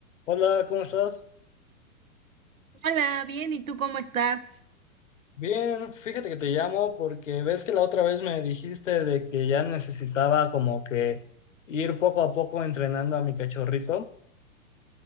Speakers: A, on the left; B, on the right.
A: Hola, ¿cómo estás?
B: Hola, bien, ¿y tú cómo estás?
A: Bien, fíjate que te llamo porque ves que la otra vez me dijiste de que ya necesitaba como que ir poco a poco entrenando a mi cachorrito.